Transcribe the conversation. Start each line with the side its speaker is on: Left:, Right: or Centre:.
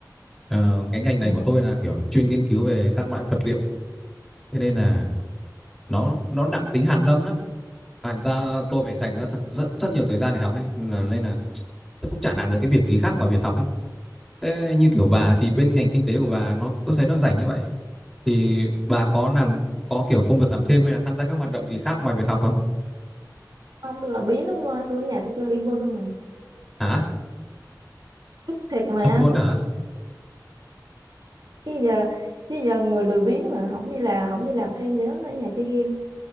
Centre: Ờ, cái ngành này
Right: Ừ.
Centre: của tôi là kiểu chuyên nghiên cứu về các loại vật liệu. Thế nên là nó nó nặng tính hàn lâm lắm. Làm ra tôi phải dành ra thật rất, rất nhiều thời gian để học ấy. Là, nên là tôi cũng chả làm được cái việc gì khác ngoài việc học ấy. Thế như kiểu bà thì bên ngành kinh tế của bà nó tôi thấy nó rảnh như vậy thì bà có làm có kiểu công việc làm thêm hay là tham gia các hoạt động gì khác ngoài việc học không?
Right: Ông tôi làm biến lắm thôi, tôi ở nhà tôi chơi Liên Quân không à.
Centre: Hả?
Right: Thiệt mà.
Centre: Thật luôn hả?
Right: Chứ giờ chứ giờ người lười biếng mà không đi làm, không đi làm thêm nhớ ở nhà chơi game.